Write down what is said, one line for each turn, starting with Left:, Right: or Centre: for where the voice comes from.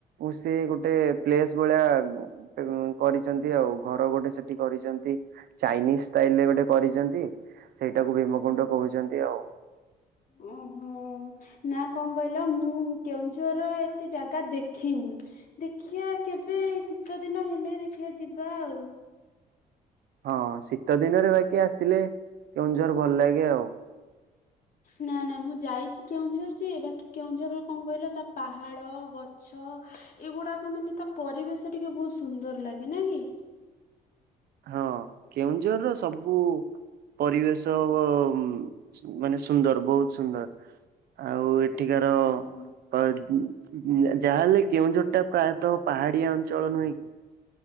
Right: ଉ ସିଏ ଗୋଟେ ପ୍ଲେସ୍ ଭଳିଆ ଉଁ ଗୁଟେ ଉଁ କରିଛନ୍ତି ଆଉ ଘର ଗୋଟେ ସେଠି କରିଛନ୍ତି। ଚାଇନିଜ୍ ଷ୍ଟାଇଲରେ ଗୋଟେ କରିଚନ୍ତି ସେଇଟାକୁ ଭୀମକୁୁଣ୍ଡ କହୁଚନ୍ତି ଆଉ।
Left: ଓଁ ହୋଁ ନା କଁ କହିଲ ମୁଁ କେଉଁଝରରେ ଏତେ ଜାଗା ଦେଖିନି ଦେଖିଆ କେବେ ଶୀତ ଦିନ ହେଲେ ଦେଖିଆ ଯିବା ଆଉ।
Right: ହଁ ଶୀତ ଦିନେରେ ବାକି ଆସିଲେ କେଉଁଝର ଭଲ ଲାଗେ ଆଉ।
Left: ନା ନା ମୁଁ ଯାଇଛି କେଉଁଝର ଯେ ବାକି କେଉଁଝରରେ କଁ କହିଲ ତା ପାହାଡ ଗ ଛ ଏଇଗୁଡାକ ମାନେ ତା ପରିବେଶ ଟିକେ ବୋହୁତ ସୁନ୍ଦର ଲାଗେ ନା କି।
Right: ହଁ କେଉଁଝରର ସବୁ ପରିବେଶ ବ ଉଁ ଉଁ ମାନେ ସୁନ୍ଦର ବୋହୁତ ସୁନ୍ଦର। ଆଉ ଏଠିକାର
Left: ହୁଁ
Right: ପା ଉଁ ଉଁ ଉଁ ଆ ଯାହାହେଲେ କେଉଁଝରଟା ପ୍ରାୟତଃ ପାହାଡିଆ ଅଞ୍ଚଳ ନୁହେଁ କି।